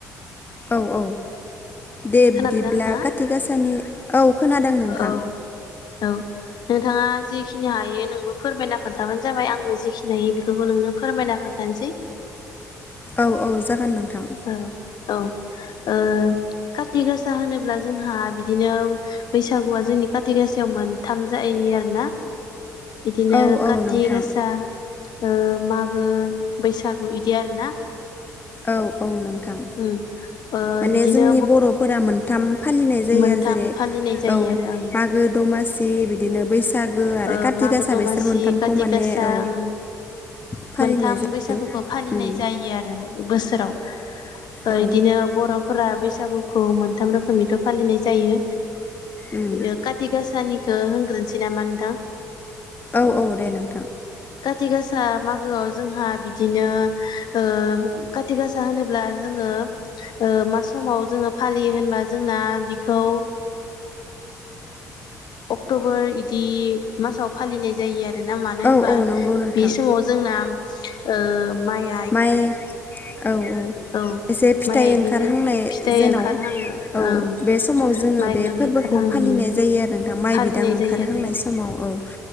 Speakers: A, on the left; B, on the left.
A: औ औ दे
B: खोनादोंना
A: बिदिब्ला
B: नोंथाङा
A: खाति गासानि औ खोनादों नोंथां।
B: औ औ नोंथाङा जिखिनि हायो नोंबो फोरमायना खोन्थाबानो जाबाय आंबो जिखिनि हायो बेखौबो नोंनो फोरमायना खोनथानोसै
A: औ औ जागोन नोंथां।
B: औ औ ओ काति गासा होनोब्ला जोंहा बिदिनो बैसागुआ जोंनि काति गासायाव मोन थाम जाहैयो आरोना बिदिनो
A: औ औ
B: काति
A: नोंथां
B: गासा ओ मागो बैसागु बिदि आरो ना
A: औ औ नोंथां।
B: उम ओ
A: माने
B: बिदिनो
A: जोंनि बर'फोरा मोनथाम फालिनाय जायो
B: मोनथाम
A: आरो जेरै
B: फालिनाय जायो
A: औ
B: आरो ओं
A: मागो दमासि। बिदिनो बैसागो आरो।
B: ओ
A: काथि
B: मागो
A: गासा
B: दमासि
A: बेसोर मोनथामखौ
B: खाति
A: माने
B: गासा
A: औ
B: ओं
A: फालिनाय
B: मोनथाम
A: जायो
B: बैसागुखौ फालिनाय
A: उम
B: जायो। आरो बोसोराव बिदिनो
A: औ
B: बर'फोरा बैसागुखौ मोनथाम रोखोमैथ' फालिनाय जायो
A: उम
B: ओ काथि गाासानिखौ होनग्रोनोसै नामा नोंथां?
A: औ औ दे नोंथां।
B: काति गासा मागोआव जोंहा बिदिनो ओ काति गासा होनोब्ला जोङो ओ मा समाव जोङो फालियो होनबा जोंना बिखौ ओ अक्ट'बर बिदि मासाव फालिनाय जायो आरो ना मानो
A: औ
B: होनबा
A: औ नंगौ नोंथां
B: बे समाव जोंना ओ माइ आ
A: माइ औ औ
B: औ
A: एसे फिथाइ
B: माइआ
A: ओंखारहांनाय
B: इदिनो फिथाइ
A: जेनाव
B: ओंखारहाङो
A: औ
B: ओं
A: बे समाव जोङो
B: माइ
A: बे
B: गोरलै
A: फोरबोखौ
B: ओंखारहां
A: खौ
B: उम
A: फालिनाय जायो आरो नोंथां माइ
B: फालिनाय
A: बिदां ओंखारहांनाय
B: जायो आरो
A: समाव औ